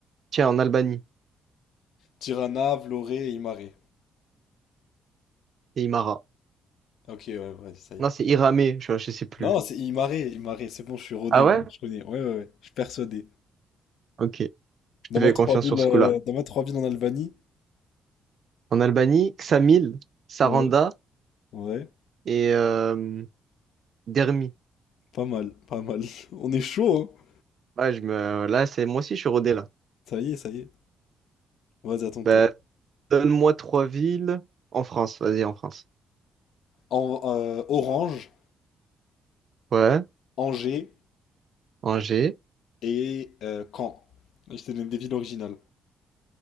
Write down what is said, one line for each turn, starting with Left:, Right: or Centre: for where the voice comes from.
Right: Tiens, en Albanie,
Left: Tirana, Vlorë et Imare.
Right: c'est Imara.
Left: Ok, ouais, vas-y, ça y
Right: Non,
Left: est.
Right: c'est Iramé, je, je sais plus.
Left: Non, c'est Imare, Imare, c'est bon, je suis rodé,
Right: Ah
Left: moi,
Right: ouais?
Left: je connais. Ouais, ouais, ouais, je suis persuadé.
Right: Ok, je
Left: Dans
Right: te
Left: ma
Right: fais
Left: trois
Right: confiance
Left: villes,
Right: sur ce
Left: euh,
Right: coup-là.
Left: dans ma trois villes en Albanie.
Right: En Albanie, Ksamil, Saranda
Left: Ouais. Ouais,
Right: et euh, Dermi.
Left: pas mal, pas mal. <laughs> On est chaud, hein.
Right: Ouais, je me... Là, c'est moi aussi, je suis rodé là.
Left: Ça y est, ça y est. Vas-y, à ton
Right: Bah,
Left: tour.
Right: donne-moi trois villes en France. Vas-y, en France.
Left: En, euh, Orange,
Right: Ouais,
Left: Angers
Right: Angers.
Left: et euh, Caen. Là, Je te donne des villes originales.